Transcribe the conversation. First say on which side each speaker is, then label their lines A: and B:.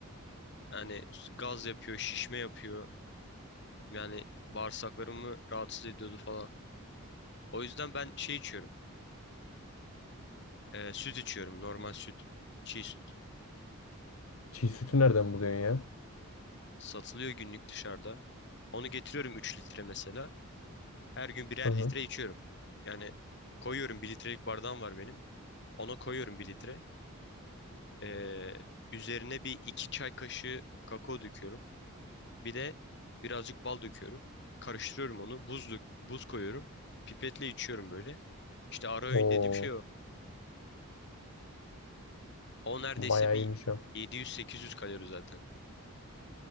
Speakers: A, on the left (about 50°); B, on the left (about 70°).
A: Yani gaz yapıyor, şişme yapıyor. Yani bağırsaklarımı rahatsız ediyordu falan. O yüzden ben şey içiyorum. e, süt içiyorum. Normal süt. Çiğ süt.
B: Çiğ sütü nereden buluyorsun ya?
A: Satılıyor günlük dışarıda. Onu getiriyorum 3 litre mesela. Her gün birer
B: Hı hı.
A: litre içiyorum. Yani koyuyorum bir litrelik bardağım var benim. Ona koyuyorum bir litre. Ee, üzerine bir 2 çay kaşığı kakao döküyorum. Bir de birazcık bal döküyorum. Karıştırıyorum onu. Buz, dök- buz koyuyorum. Pipetle içiyorum böyle. İşte ara öğün
B: Oo,
A: dediğim şey o. O neredeyse
B: bayağı
A: bir
B: iyiymiş o.
A: yedi yüz sekiz yüz kalori zaten.